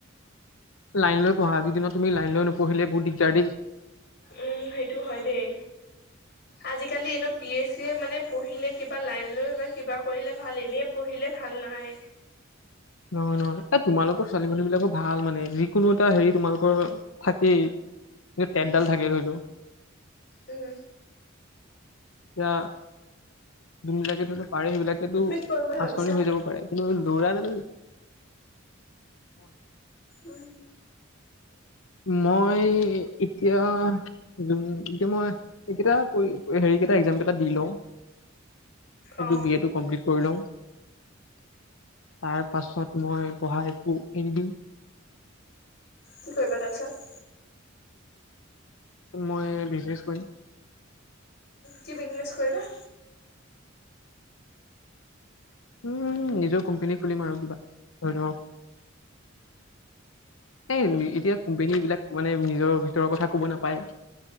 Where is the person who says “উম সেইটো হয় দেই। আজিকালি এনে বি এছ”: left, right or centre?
Left